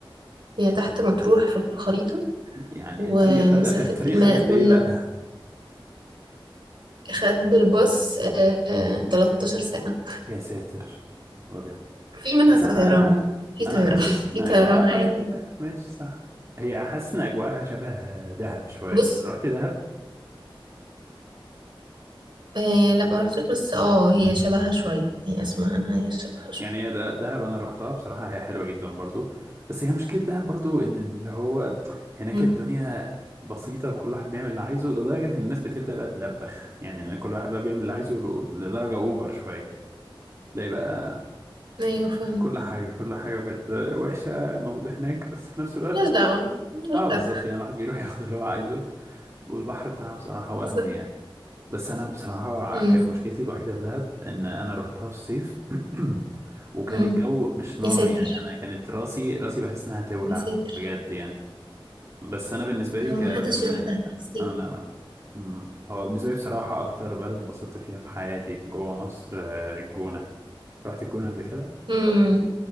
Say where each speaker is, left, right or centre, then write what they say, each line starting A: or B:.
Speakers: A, on the right (about 60°); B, on the right (about 30°).
A: هي تحت مطروح في الخريطة
B: يعني
A: ومسافة
B: الطريق خد أخد- الطريق
A: ما
B: خد قد
A: كنا
B: ايه بقى؟
A: خد بالباص آه، آه، 13 ساعة
B: <laughs> يا ساتر يا نهار ابيض
A: في منها
B: بس
A: طيران
B: انا انا
A: في طيران
B: انا حاسس
A: <laughs>
B: ان
A: في
B: اجواء
A: طيران
B: اه
A: عادي
B: طيب تمام ماشي صح هي حاسس ان اجواءها شبه دهب شوية
A: بص
B: رحت دهب؟
A: آه لا ما رحتش بس اه هي شبهها شوية هي اسمع عنها هي شبهها شوية
B: يعني هي ده دهب انا رحتها بصراحه هي حلوه جدا برضو بس هي مشكله دهب برضو ان اللي هو هناك
A: مم.
B: الدنيا بسيطه وكل واحد بيعمل اللي عايزه لدرجه ان الناس بتبدا بقى تلبخ يعني كل واحد بقى بيعمل اللي عايزه ل- لدرجه اوفر شويه تلاقي بقى
A: ايوه فاهم
B: كل حاجه كل حاجه بجد وحشه موجوده هناك بس في نفس الوقت
A: ملهاش دعوة ملهاش
B: اه بالظبط
A: دعوة
B: يعني الواحد بيروح <laughs> ياخد اللي هو عايزه والبحر بتاعها بصراحه وهم
A: بالظبط
B: يعني بس انا بصراحه
A: مم،
B: كانت مشكلتي الوحيده في دهب ان انا رحتها في الصيف <clears throat> وكان
A: مم.
B: الجو مش نار
A: يا ساتر
B: يعني انا كانت راسي راسي بحس انها تولع
A: يا ساتر
B: بجد يعني بس انا بالنسبه لي
A: لو
B: ك
A: ما
B: بن...
A: حدش يروح
B: انا
A: ده حسيت
B: انا أمم، هو بالنسبه لي بصراحه اكتر بلد اتبسطت فيها في حياتي جوه مصر آه، الجونه رحت الجونه قبل كده
A: مم،